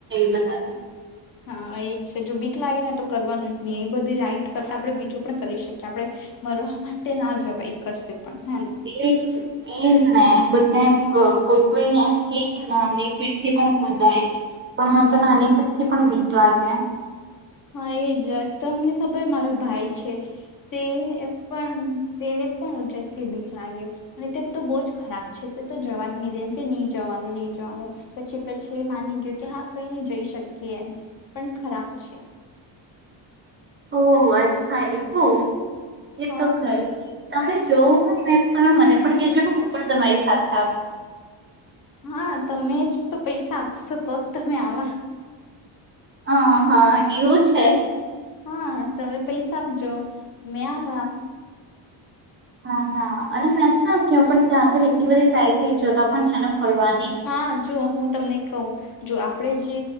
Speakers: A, on the right; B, on the left.
A: બધા થી
B: હા એજ છે જો બીક લાગે ને તો કરવાનું જ નહી એ બધી રાઈટ કરતા આપડે બીજું પણ કરી શકીએ આપડે મરવા માટે ના જવા કશે પણ હેને
A: એજ એજ ને બધ કોઈ કોઈ એમ કે કે નાની ફીરથી પણ ગોંધાય. પણ મેં તો નાનીફિટ થી પણ કે લાગે
B: હા એ જ તમને ખબર મારો ભાઈ છે તે પણ તેને પણ ઊંચાઈથી બિખ લાગે અને તે તો બહુ જ ખરાબ છે તે તો જવા જ નહી દે એમ કે નહી જવાનું નહી જવાનું પછી પછી એ માની ગયો કે હા કઈ ન જઈ શકીએ એમ પણ ખરાબ છે.
A: ઓહ અચ્છા એ હો. એ
B: હા
A: તો કઈ ની તમને જોવું હોય ને તો તમે મને પણ કહેજો ને હું પણ તમારી સાથે છુ
B: હા તમે જ તો પૈસા આપશો તો જ તમે આવા
A: હ હા એવું છે.
B: હા તમે પૈસા આપજો મેં આવા.
A: હા હા અને મે શું ક પણ ત્યાં તો એટલી બધી સારી સારી જગા પણ છે ફરવાની.
B: હા જો હું તમને કહું. જો આપણે જે